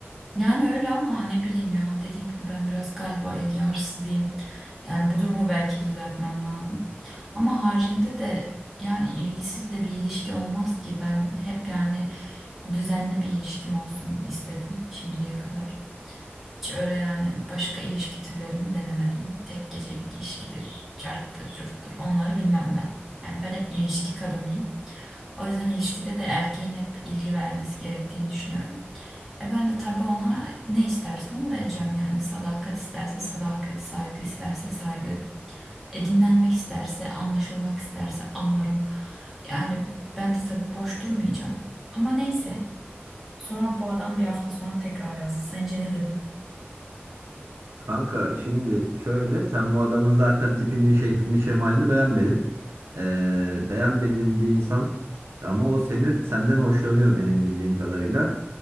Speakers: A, in the centre; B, on the right.
A: Yani öyle ama ne bileyim ya. Dediğim gibi ben biraz galiba ilgi arsızıyım. Yani bu durumu belki düzeltmem lazım. Ama haricinde de yani ilgisiz de bir ilişki olmaz ki. Ben hep yani düzenli bir ilişkim olsun istedim şimdiye kadar. Hiç öyle yani hani başka ilişki türlerini denemedim. Tek gecelik ilişkidir, carttır, curttur. Onları bilmem ben. Yani ben hep ilişki kadınıyım. O yüzden ilişkide de erkeğin hep ilgi vermesi gerektiğini düşünüyorum. E ben de tabii ona ne isterse onu vereceğim yani. Sadakat isterse sadakat, saygı isterse saygı. E dinlenmek isterse, anlaşılmak isterse anlarım. Yani ben de tabii boş durmayacağım. Ama neyse. Sonra bu adam bir hafta sonra tekrar yazdı. Sence ne dedi?
B: Kanka şimdi şöyle sen bu adamın zaten tipini, şeklini, şemalini beğenmedin. Ee, beğenmediğin bir insan ama o seni senden hoşlanıyor benim bildiğim kadarıyla.